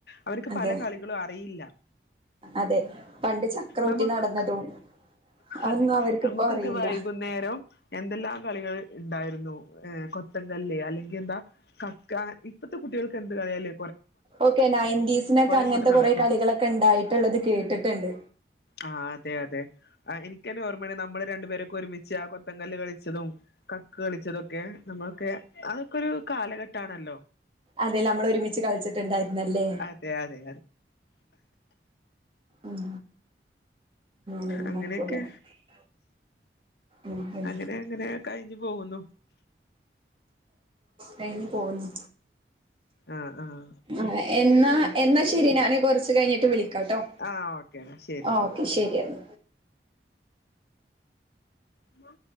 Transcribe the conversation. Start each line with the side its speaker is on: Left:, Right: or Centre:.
Left: അവർക്ക്
Right: അതെ
Left: പല കളികളു അറിയില്ല
Right: അതെ പണ്ട് ചക്രം
Left: നമുക്ക്
Right: ഓട്ടി നടന്നതും അതൊന്നും
Left: അതെ
Right: അവർക്കിപ്പോ
Left: നമുക്കൊക്കെ
Right: അറിയില്ല
Left: വൈകുന്നേരം എന്തെല്ലാം കളികൾ ഇണ്ടായിരുന്നു ഏ കൊത്തങ്കല്ല് അല്ലെങ്കിൽ എന്ത കക്ക ഇപ്പഴത്തെ കുട്ടികൾക്ക് എന്ത് കളിയാലെ
Right: ഓക്കെ നയന്റീസിനൊക്കെ അങ്ങനത്തെ
Left: ഇങ്ങോട്ട് നടക്കും
Right: കൊറെേ കളികളൊക്കെ ഉണ്ടായിട്ടുള്ളത് കേട്ടിട്ട്ണ്ട്
Left: ആഹ് അതെ അതെ എനക്ക്ന്നെ ഓർമ്മയാണ് നമ്മള് രണ്ടുപേരൊക്കെ ഒരുമിച്ച് ആ കൊത്ത ങ്കല്ല് കളിച്ചതും കക്ക് കളിച്ചതൊക്കെ നമ്മളൊക്കെ അതൊക്കെരു കാലഘട്ടണല്ലോ
Right: അതെല്ലെ നമ്മള് ഒരുമിച്ച് കളിച്ചിട്ടുണ്ടായിരുന്നല്ലേ
Left: തെ അതെ അതെ
Right: ഉം <unintelligible>
Left: അങ്ങനെയൊക്കെ
Right: ഉം ഉം
Left: അങ്ങനെ അങ്ങനെ കഴിഞ്ഞു പോകുന്നു
Right: കഴിഞ്ഞ് പോക്ന്നു
Left: ആഹ് ആഹ്
Right: അതെ എന്നാ എന്നാ ശരി ഞാന് കൊറച്ച് കഴിഞ്ഞിട്ട് വിളിക്കാട്ടോ
Left: ആഹ് ഓക്കെ എന്നാ ശരി എന്നാ
Right: ഓക്കെ ശരിയെന്നാ.
Left: ഉമ്മാ